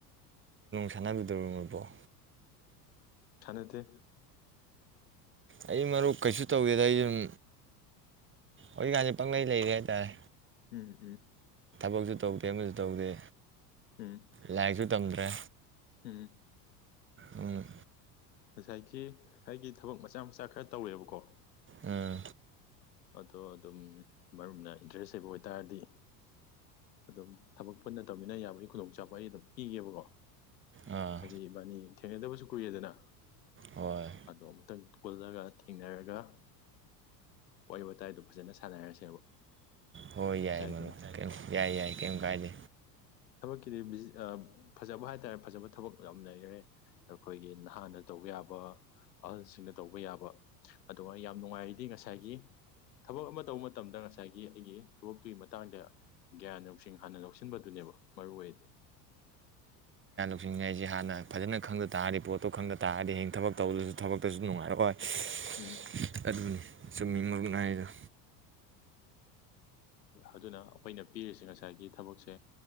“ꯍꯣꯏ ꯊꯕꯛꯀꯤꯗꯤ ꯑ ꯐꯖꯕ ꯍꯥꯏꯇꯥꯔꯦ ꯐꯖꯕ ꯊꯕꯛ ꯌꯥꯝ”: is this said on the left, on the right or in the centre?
Left